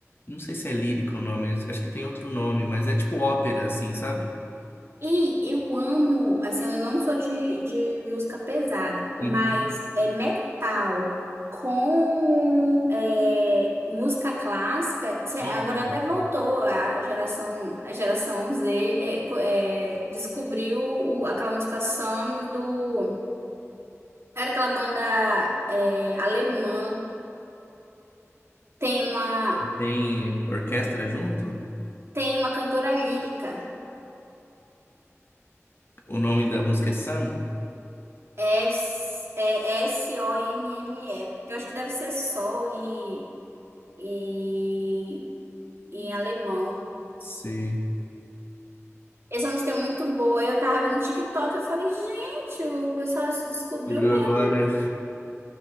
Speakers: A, on the left (about 50°); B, on the right (about 55°).
A: Não sei se é lírico o nome, acho que tem outro nome, mas é tipo ópera, assim, sabe?
B: E eu amo, assim, eu não sou de, de música pesada, mas
A: Uhum.
B: é metal com é, música clássica. Cê- Agora
A: Isso.
B: até voltou a geração, a geração Z é, co- é, descobriu o- aquela música Some do. Era aquela banda é, alemã. Tem uma,
A: E tem orquestra junto?
B: tem uma cantora lírica.
A: O nome da música é Sam?
B: é S, é S-O-M-M-E. Porque eu acho que deve ser Sol em, em, em alemão.
A: Você
B: Essa música é muito boa. Eu tava vendo no TikTok, eu falei, gente, o pessoal se descobriu
A: descobriu
B: mesmo.
A: agora,